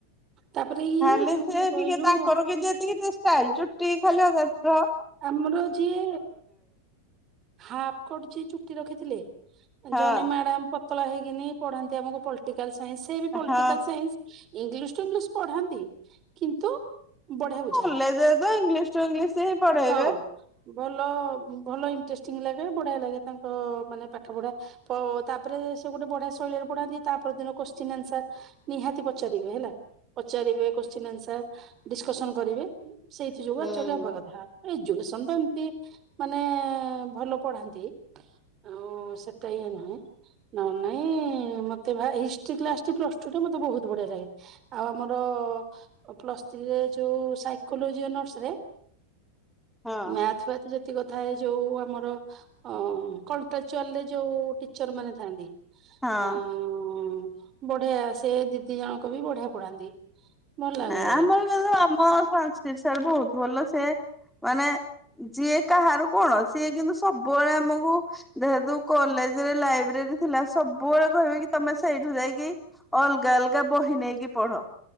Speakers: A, on the right; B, in the centre.
A: ତାପରେ ଇଏ
B: ଖାଲି
A: ଯୋଉ
B: ସେ
A: କିଏ କହିଲୁ
B: ଟିକେ ତାଙ୍କର କିନ୍ତୁ ଏତିକି ଟିକେ ଷ୍ଟାଇଲ ଚୁଟି ଖୋଲିବ ତ
A: ଆମର ଯିଏ ହାପ୍ କଟ୍ ଯିଏ ଚୁଟି ରଖିଥିଲେ
B: ହଁ
A: ଜଣେ ମ୍ୟାଡାମ ପ ପତଳା ହେଇକି ପଢାନ୍ତି ଆମକୁ ପଲିଟିକାଲ ସାଇନ୍ସ ସେ ବି political
B: ହଁ
A: science English to English ପଢାନ୍ତି କିନ୍ତୁ ବଢିଆ ବୁଝ
B: କଲେଜରେ ତ ଇଂଲିଶ ଟୁ ଇଂଲିଶ ହିଁ ପଢେଇବେ
A: ହଁ ଭଲ ଭଲ ଇଣ୍ଟରେଷ୍ଟିଙ୍ଗ ଲାଗେ ବଢିଆ ଲାଗେ ତାଙ୍କ ମାନେ ପାଠ ପଢା ତ ତାପରେ ସେ ଗୋଟେ ବଢିଆ ଶୈଳୀରେ ପଢାନ୍ତି ତାପର ଦିନ କୋଶ୍ଚିନ୍ ଆନ୍ସର ନିହାତି ପଚାରିବେ ହେଲା ପଚାରିବେ କୋସ୍ଚିନ ଆନ୍ସର ଡିସକସନ କରିବେ ସେଇଥିରୁ
B: ହୁଁ।
A: ଆକ୍ଚୁଆଲି ହବା କଥା ଏଜୁକେସନ ତ ଏମିତି ମାନେ ଭଲ ପଢାନ୍ତି ଆଉ ସେଟା ହିଁ ହେଲାନି ନହେଲେ ନାଇଁ ମତେ ହିଷ୍ଟ୍ରୀ କ୍ଲାସ ପ୍ଲସ ଟୁ ଟା ମତେ ବହୁତ ବଢିଆ ଲାଗେ ଆଉ ଆମର ପ୍ଲସ୍ ଥ୍ରୀରେ ଯୋଉ ସାଇକୋଲୋଜି ଅନର୍ସ ରେ
B: ହଁ।
A: ମ୍ୟାଥ ଫ୍ୟାଥ ଯେତିକି କଥା ଏ ଯୋଉ ଆମର ଅ କଣ୍ଟ୍ରାଚୁଆଲରେ ଯୋଉ ଟିଚର ମାନେ ଥାଆନ୍ତି
B: ହଁ
A: ହ ବଢିଆ ସେ ଦିଦି ଜଣକ ବି ବଢିଆ ପଢାନ୍ତି ଭଲ ଲାଗେ।
B: ନା ଆମର ଜଣେ ଆମ ସଂସ୍କୃତ ସାର ବହୁତ ଭଲ ସେ ମାନେ ଯିଏ କାହାର କୁହ ସିଏ କିନ୍ତୁ ସବୁବେଳେ ଆମକୁ ଦେହେତୁ କଲେଜରେ ଲାଇବ୍ରେରୀ ଥିଲା ସବୁବେଳେ କହିବେ କି ତମେ ସେଇଠୁ ଯାଇକି ଅଲଗା ଅଲଗା ବହି ନେଇକି ପଢ